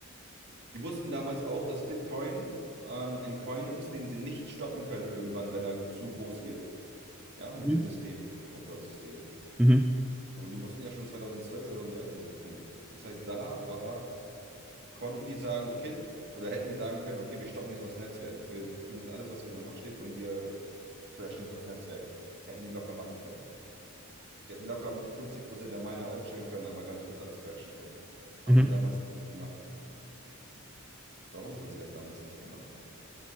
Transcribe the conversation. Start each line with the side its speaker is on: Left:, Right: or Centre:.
Right: Die wussten damals auch, dass Bitcoin ähm, ein Coin ist, den sie nicht stoppen können irgendwann, wenn er zu groß wird. Ja, mit
Centre: Mhm.
Right: dem System, mit dem Proof-of-Work-System.
Centre: Mhm.
Right: So, Und die wussten ja schon 2012, 2013, dass es Bitcoin gibt. Das heißt, da war, konnten die sagen, okay, oder hätten die sagen können, okay, wir stoppen jetzt das Netzwerk. Wir tun jetzt alles, was hier in der Macht steht und wir crashen jetzt das Netzwerk. Hätten die locker machen können. Die hätten locker 50% der Miner aufstellen können, einmal ganz kurz alles crashen können. Haben
Centre: Mhm.
Right: sie damals nicht gemacht. Warum haben sie das damals nicht gemacht?